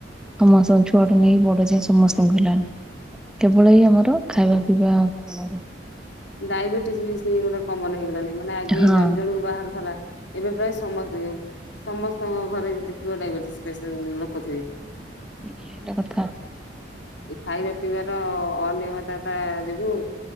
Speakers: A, in the centre; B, on the left (about 85°).
A: ସମସ୍ତ ଛୁଆଠୁ ନେଇ ବଡ ଯାଏ ସମସ୍ତଙ୍କୁ ହେଲାଣି। କେବଳ ଏଇ ଆମର ଖାଇବା ପିଇବା କାରଣରୁ।
B: ଡାଇବେଟିସ ବି ସେଇ ଗୋଟା କମନ ହେଇଗଲାଣି ମାନେ ଆଗେ
A: ହଁ
B: ଜଣ ଜଣୁକୁ ବାହାରୁଥେଲା। ଏବେ ପ୍ରାୟେ ସମସ୍ତିଙ୍କୁ ସମସ୍ତଙ୍କ ଘରେ ଦେଖିବ ଡାଇବେଟିସ ପେସେଣ୍ଟ ଲୋକ ଥିବେ।
A: ଇଏଁ ହେଲା କଥା।
B: ଏ ଖାଇବା ପିଇବାର ଅନିୟମିତତା ଯୋଗୁ